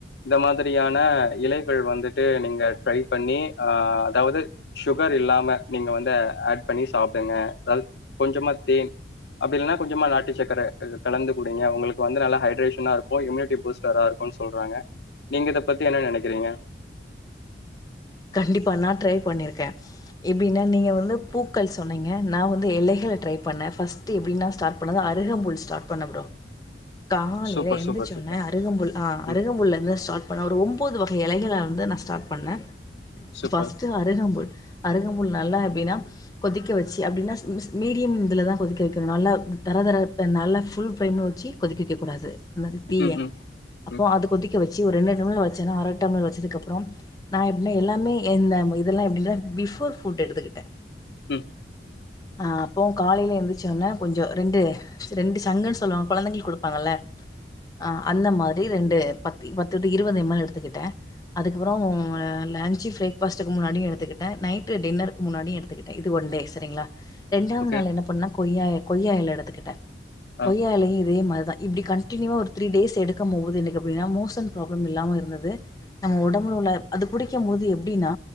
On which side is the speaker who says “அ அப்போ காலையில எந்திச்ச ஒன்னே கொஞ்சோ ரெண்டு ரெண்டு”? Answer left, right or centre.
Left